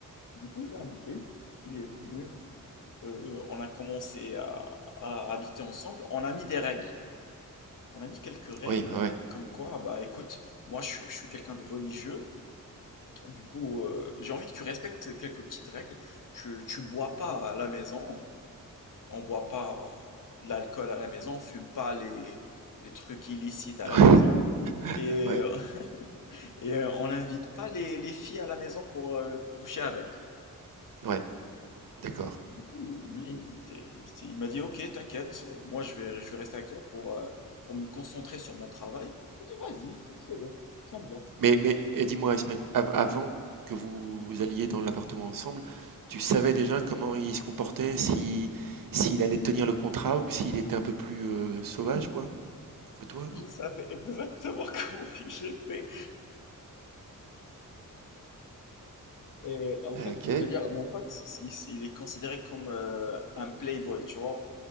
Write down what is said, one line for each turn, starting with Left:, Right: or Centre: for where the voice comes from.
Left: Du coup, je l'ai invité. Il est venu. Euh, on a commencé à, à habiter ensemble. On a mis des règles. On a mis quelques règles,
Right: Oui, ouais, ouais.
Left: comme quoi, bah écoute, moi je, je suis quelqu'un de religieux, Du coup, heu, j'ai envie que tu respectes quelques petites règles. Tu tu bois pas à la maison, on boit pas, heu, l'alcool à la maison, on fume pas les les trucs illicites à
Right: <laughs>
Left: la maison et
Right: Ouais,
Left: heu <laughs> et heu, on n'invite pas les les filles à la maison pour, heu, coucher avec.
Right: ouais, ouais, d'accord.
Left: Du coup, lui lui, il était il était il m'a dit: «OK, t'inquiète, moi je vais je vais rester avec toi pour, heu, pour me concentrer sur mon travail». Je lui ai dit: «Vas-y, c'est bon, ça me va».
Right: Mais mais et dis-moi Ismaël, av avant que vous vous alliez dans l'appartement ensemble, tu savais déjà comment il se comportait, si s'il allait tenir le contrat ou s'il était un peu plus euh, sauvage quoi que toi,
Left: Je
Right: non?
Left: savais exactement <laughs> comment il était. Et en
Right: Ok.
Left: fait, pour te dire, mon pote, il, il est considéré comme euh, un playboy, tu vois.